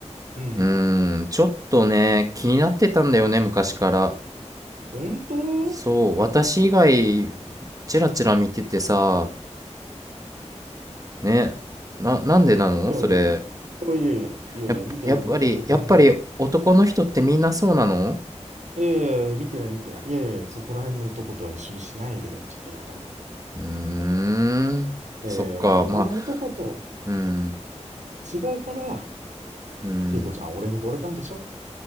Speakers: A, on the right (about 85°); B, on the right (about 30°).
A: うん。
B: うーん、ちょっとね、気になってたんだよね、昔から。
A: 本当い
B: そう、私以外、チラチラ見ててさ、ね、な、なんでなのそれ。
A: やいやいや。いやいやいや、いや見てない見てない。
B: やっ、やっぱり、
A: いや、全然。
B: やっぱり男の人ってみんなそうなの
A: いやいや見てない見てない。いやいやいや、そこら辺の男とは一緒にしないでよ。ちょっとやだな。
B: うーん、
A: いやいや他の男と
B: そっか、まあ、うん、
A: 違うから、
B: うん、
A: ケイコちゃんは俺に惚れたんでしょ